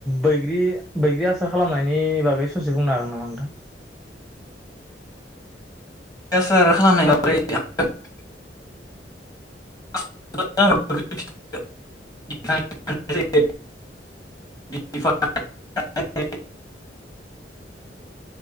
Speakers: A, in the centre; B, on the left.
A: बैग्रि बैग्रि आसार खालामनायनि बागै ससे बुंनो हागोन नामा नोंथां?
B: बैग्रि आसार खालामनि <unintelligible> <unintelligible>